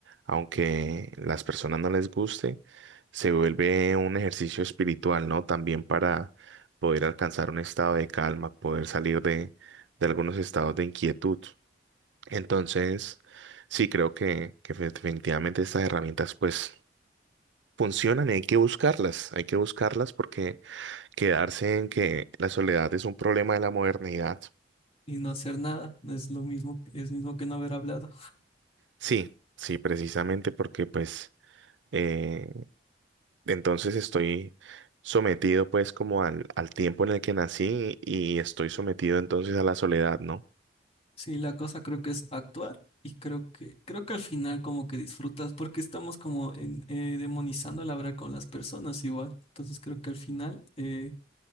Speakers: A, on the right (about 75°); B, on the left (about 35°).
A: aunque las personas no les guste, se vuelve un ejercicio espiritual, ¿no? También para poder alcanzar un estado de calma, poder salir de, de algunos estados de inquietud. Entonces, sí, creo que, que fe- definitivamente estas herramientas pues funcionan y hay que buscarlas, hay que buscarlas porque quedarse en que la soledad es un problema de la modernidad.
B: Y no hacer nada no es lo mismo, es mismo que no haber hablado.
A: Sí, sí, precisamente porque pues... Eh, entonces estoy sometido pues como al, al tiempo en el que nací y estoy sometido entonces a la soledad, ¿no?
B: Sí, la cosa creo que es actuar y creo que creo que al final como que disfrutas porque estamos como en, eh, demonizando la hablar con las personas igual. Entonces creo que al final eh,